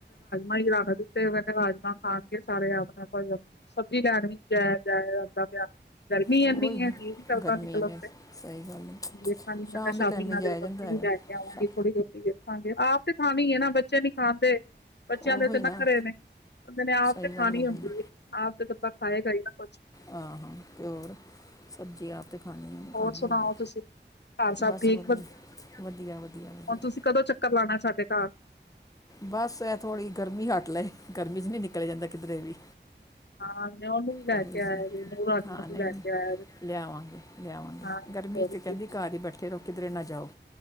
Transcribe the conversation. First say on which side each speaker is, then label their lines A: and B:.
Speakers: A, on the left; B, on the left.
A: <unintelligible> <inaudible> ਤੇ ਉਹ ਕਹਿੰਦੇ, ਰਾਜਮਾਂ ਖਾਣਗੇ, ਸਾਰੇ <unintelligible> ਆਪਣੇ- ਆਪ, ਸਬਜ਼ੀ ਲੈਣ ਵੀ ਨਹੀਂ ਜਾਇਆ ਜਾਇ ਜਾਂਦਾ ਪਿਆ। ਪਿਆ। ਗਰਮੀ
B: ਉਹ
A: ਐਨੀ
B: ਹੀ ਨਾ
A: ਹੈਗੀ ਏ, ਜੀ ਨੀਂ ਕਰਦਾ
B: ਗਰਮੀ
A: ਨਿਕਲਣ
B: ਨੇ
A: ਤੇ,
B: ਸਹੀ ਗੱਲ ਹੈ
A: ਵੇਖਾਂਗੀ, ਮੈਂ
B: ਸ਼ਾਮ
A: ਕਿਹਾ, ਸ਼ਾਮੀ
B: ਦੇ ਟਾਈਮ ਵੀ
A: ਨਾਲੇ
B: ਜਾਇਆ
A: ਸਬਜ਼ੀ
B: ਜਾਂਦਾ ਹੈ
A: ਵੀ ਲੈ। ਲਿਆਵਾਂਗੀ
B: ਸ਼ਾ-
A: ਥੋੜ੍ਹੀ ਬੋਤੀ ਦੇਖਾਂਗੇ, ਆਪ ਤੇ ਖਾਣੀ ਹੀ ਹੈ ਨਾ, ਬੱਚੇ ਨੀ ਖਾਂਦੇ। ਬੱਚਿਆਂ
B: ਉਹ
A: ਦੇ ਤੇ
B: ਹੀ ਨਾ
A: ਨਖਰੇ ਨੇ। <unintelligible> ਓਨੇ ਆਪ
B: ਸਹੀ
A: ਤੇ
B: ਗੱਲ
A: ਖਾਣੀ
B: ਹੈਗੀ
A: ਹੁੰਦੀ
B: ਨੇ
A: ਏ, ਆਪ ਤੇ ਬੰਦਾ ਖਾਏਗਾ ਹੀ ਨਾ ਕੁਛ
B: ਆਹੋ, ਤੇ ਹੋਰ, ਸਬਜ਼ੀ ਆਪ ਤੇ ਖਾਣੀ ਹੀ
A: ਹੋਰ
B: ਖਾਣੀ
A: ਸੁਣਾਓ
B: ਏ।
A: ਤੁਸੀਂ ਘਰ ਸਭ
B: ਬਸ,
A: ਠੀਕ
B: ਵਧੀਆ, ਵਧੀਆ-ਵਧੀਆ-ਵਧੀਆ।
A: ਹੁਣ ਤੁਸੀਂ ਕਦੋਂ ਚੱਕਰ ਲਾਣਾ ਸਾਡੇ ਘਰ
B: ਬਸ, ਇਹ ਥੋੜ੍ਹੀ ਗਰਮੀ ਹੱਟ ਲਏ, ਗਰਮੀ ਚ ਨੀ ਨਿਕਲਿਆ ਜਾਂਦਾ, ਕਿਧਰੇ ਵੀ।
A: ਹਾਂ, ਨਯੁ ਨੂੰ ਵੀ ਲੈ
B: ਕਰੀ
A: ਕੇ ਆਇਆ
B: ਸੀ
A: ਹੈ, ਨਊ ਰਾਣੀ
B: ਹਾਂ
A: ਨੂੰ ਵੀ
B: ਨਹੀਂ
A: ਲੈ ਕੇ ਆਇਆ।
B: ਲਿਆਵਾਂਗੇ ਲਿਆਵਾਂਗੇ
A: ਹਾਂ,
B: ਗਰਮੀ
A: ਹੋਰ
B: 'ਚ ਕਹਿੰਦੀ
A: ਕੀ।
B: ਘਰ ਹੀ ਬੈਠੇ ਰਹੋ, ਕਿਧਰੇ ਨਾ ਜਾਓ।